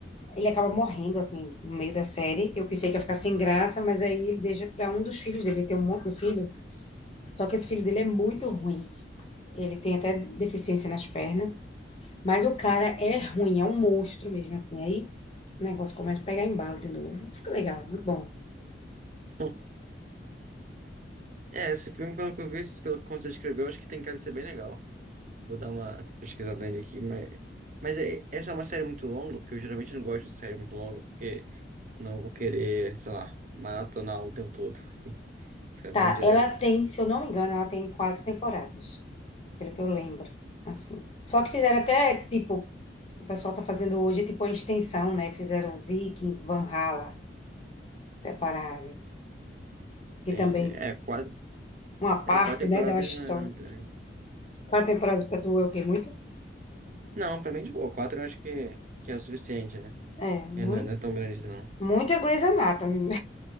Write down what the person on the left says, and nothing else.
Ele acaba morrendo, assim, no meio da série. Eu pensei que ia ficar sem graça, mas aí ele deixa para um dos filhos dele. Ele tem um monte de filho, só que esse filho dele é muito ruim. Ele tem até deficiência nas pernas, mas o cara é ruim, é um monstro mesmo, assim. Aí o negócio começa a pegar embalo de novo. Fica legal, muito bom.
Tá,
ela tem, se eu não me engano, ela tem quatro temporadas, pelo que eu lembro, assim. Só que fizeram até, tipo, o pessoal tá fazendo hoje, tipo, uma extensão, né? Fizeram Vikings, Valhalla, separado, que
também
uma parte,
né,
de uma história.
Quatro temporadas pra tu é o quê? Muito?
É, muito.
Muito é Grey's Anatomy.